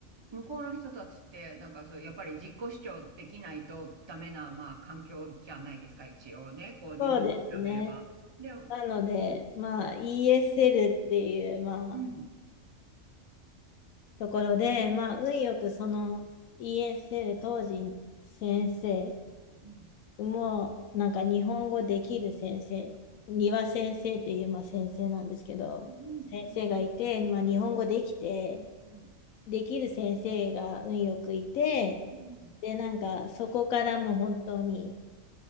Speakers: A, on the right (about 25°); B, on the left (about 85°).
A: 向こうの人たちって、なんかそう、やっぱり自己主張できないとダメな、まあ、環境じゃないですか、一応ね。こう、
B: そうですね。
A: 日本に比べれば。でも、
B: なので、まあ、ESL っていう、まあ、
A: うん。
B: ところで、まあ、運よくその ESL 当時先生
A: うん。
B: も、なんか日本語できる先生、庭先生っていう、まあ、先生なんですけど、
A: うん。
B: 先生がいて、
A: うん。
B: まあ、日本語できて、
A: うん。
B: できる先生が運よくいて、
A: うん
B: で、なんかそこからもう本当に